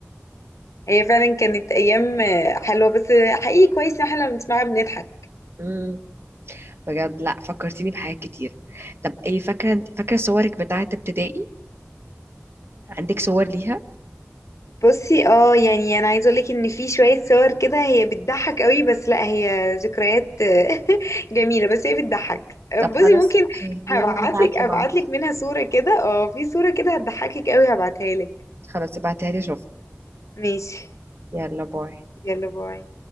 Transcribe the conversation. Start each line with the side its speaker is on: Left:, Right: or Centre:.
Left: هي فعلا كانت ايام آه، حلوة بس حقيقي كويس ان احنا لما بنسمعها بنضحك
Right: كلها بجد لا فكرتيني بحاجات كتير طب ايه فاكره انت فاكره صورك بتاعه ابتدائي عندك صور ليها
Left: بصي اه يعني انا عايزه اقولك ان في شويه صور كده هي بتضحك قوي بس لا هي ذكريات آه، <laughs> جميله بس هي بتضحك
Right: طب خلاص
Left: بصي ممكن
Right: أوكي،
Left: هبعتلك
Right: يلا نبعت
Left: ابعتلك
Right: لبعض
Left: منها صوره كده اه في صوره كده هتضحكك قوي هبعتها لك
Right: خلاص ابعتها لي اشوفها
Left: ماشي
Right: يلا باي
Left: يلا باي